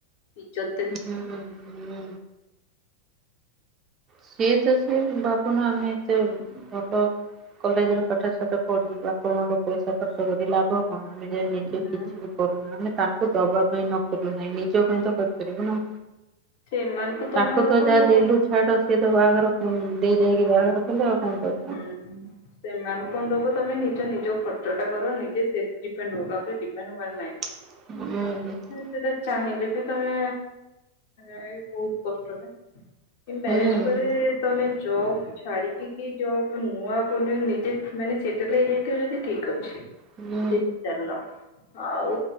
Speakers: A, on the left; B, on the right.
A: ଇଯତ୍ ଦେବେ
B: ହୁଁ ହୁଁ। ସିଏ ତ ସିଏ, ଭାବୁନ ଆମେ ଏତେ ଭଲ କଲେଜରେ ପାଠ ଶାଠ ପଢି ବାପମାଆଙ୍କ ପଇସା ଖର୍ଚ୍ଚ କରି, ଲାଭ କଣ? ଆମେ ଯେ ନିଜେ
A: ହୁଁ।
B: କିଛି ବି କରୁନା ଆମେ ତା ଦବା ପାଇଁ ନକଲୁ ନାହିଁ, ନିଜ ପାଇଁ ତ କରିପାରିବୁ ନା?
A: ସେମାନଙ୍କୁ ତମେ
B: ତାଙ୍କୁ
A: ଆଉ
B: ତ
A: କଣ
B: ଯାହା
A: ଦବ
B: ଦେଲୁ ଛାଡ, ସିଏ ତ ବାହାଘର ପୁଣି ଦେଇ ଦାଇକି ବାହାଘର କଲେ ଆଉ କଣ କରିବୁ।
A: ହୁଁ। ସେମାନଙ୍କୁ କଣ ଦବ, ତମେ ନିଜ ନିଜ ଖର୍ଚ୍ଚ ଟା କର, ନିଜେ ସେପ ଡିପେଣ୍ଡ ହୁଅ। କାହା ଉପରେ ଡିପେଣ୍ଡ ହବାର ନାହିଁ।
B: <unintelligible>
A: ସେଟା ଚାହିଁଲେ ବି ତମେ, ଏଁ ବହୁତ କଷ୍ଟରେ ଏ ମ୍ୟାରେଜ୍
B: ହୁଁ ହୁଁ।
A: ପରେ, ତମେ ଜବ୍ ଛାଡ଼ିିକି କି ଜବ୍ ନୂଆ ବନେଇ ନିଜେ ମାନେ ସେଟଲ୍ ହେଇଯାଇଥିବ ଯଦି ଠିକ୍ ଅଛି।
B: ହୁଁ
A: ସେଇଥିରେ ଚାଲୀଲ। ଆଉ